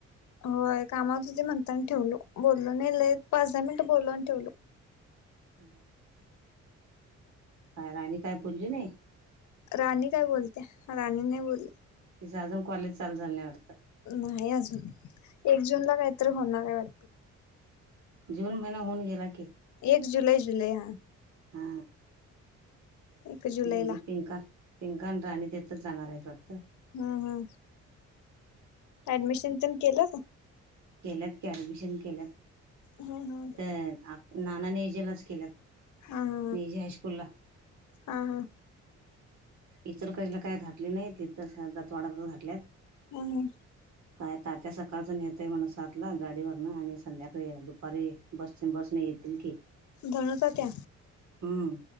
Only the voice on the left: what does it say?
होय कामत होती म्हणताना ठेवलो बोललो नाही लई पाच दहा मिनट बोललो आणि ठेवलो
राणी काय बोलत्या राणी नाही बोलली
नाही अजून एक जून ला कायतरी होणार हाय वाट
एक जुलै जुलै हा
एक जुलैला
हू हू ऍडमिशन तेन केलं का
हा हा
हा हा
हा हा
हू हू
धनुचा त्या